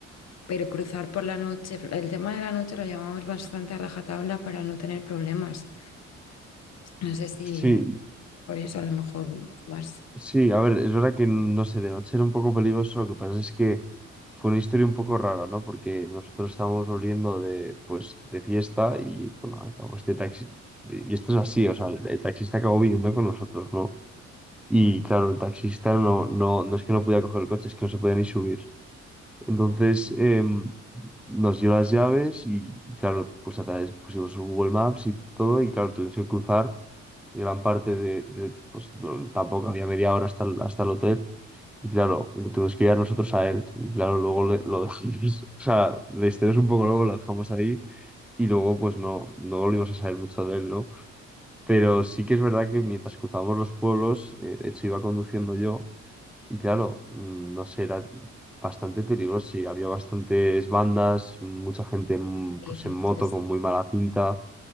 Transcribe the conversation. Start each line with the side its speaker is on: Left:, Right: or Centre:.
Left: pero cruzar por la noche, el tema de la noche lo llevábamos bastante a rajatabla para no tener problemas. No sé si
Centre: sí.
Left: por eso a lo mejor más...
Centre: Sí, a ver, es verdad que no sé, de noche era un poco peligroso, lo que pasa es que fue una historia un poco rara, ¿no? Porque nosotros estábamos volviendo de, pues, de fiesta y, bueno, acabó este taxi, y esto es así, o sea, el, el taxista acabó viniendo con nosotros, ¿no? Y claro, el taxista no, no, no es que no podía coger el coche, es que no se podía ni subir. Entonces, em, nos dio las llaves y, claro, pues a través pusimos Google Maps y todo, y claro, tuvimos que cruzar gran parte de, de, pues, no- tampoco había media hora hasta el- hasta el hotel. Y claro, lo tuvimos que ir a nosotros a él. Y claro, luego le- lo dejamos, <laughs> o sea, le estiramos un poco luego, lo dejamos ahí. Y luego, pues no, no volvimos a saber mucho de él, ¿no? Pero sí que es verdad que mientras cruzábamos los pueblos, eh, de hecho iba conduciendo yo. Y claro, mm, no sé, era bastante peligroso. y había bastantes bandas, mucha gente en-
Left: eh,
Centre: pues en moto
Left: es-
Centre: con muy mala pinta.